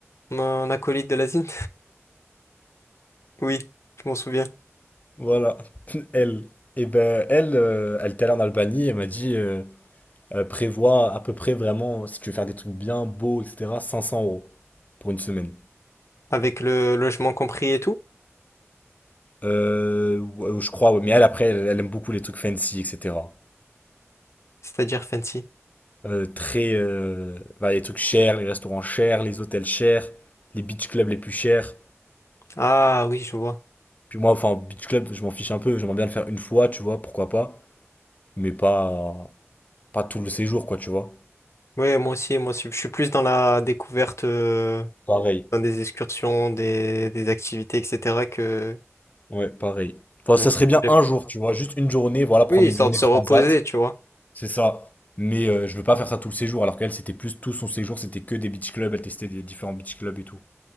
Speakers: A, on the left (about 65°); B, on the left (about 35°).
A: mon acolyte de la Zint Oui, je m'en souviens.
B: Voilà. <laughs> Elle. Et ben elle, euh, elle était allée en Albanie, elle m'a dit euh, euh, prévois à peu près vraiment, si tu veux faire des trucs bien beaux, etc., 500 euros pour une semaine.
A: Avec le logement compris et tout,
B: Euh, ouais, je crois, ouais. Mais elle après, elle, elle aime beaucoup les trucs fancy, etc.
A: c'est-à-dire fancy.
B: euh, très euh, bah, les trucs chers, les restaurants chers, les hôtels chers, les beach clubs les plus chers.
A: Ah oui, je vois.
B: Puis moi, enfin, beach club, je m'en fiche un peu, j'aimerais bien le faire une fois, tu vois, pourquoi pas, mais pas pas tout le séjour, quoi, tu vois.
A: Oui, moi aussi, moi aussi. Je suis plus dans la découverte, euh,
B: Pareil.
A: dans des excursions, des, des activités, etc. que
B: Ouais, pareil. Enfin,
A: dans
B: ça serait bien
A: les...
B: un jour, tu vois, juste une journée, voilà, prendre
A: Oui, histoire
B: une journée
A: de se
B: transat,
A: reposer, tu vois.
B: c'est ça. Mais euh, je veux pas faire ça tout le séjour, alors qu'elle, c'était plus tout son séjour, c'était que des beach clubs, elle testait des différents beach clubs et tout.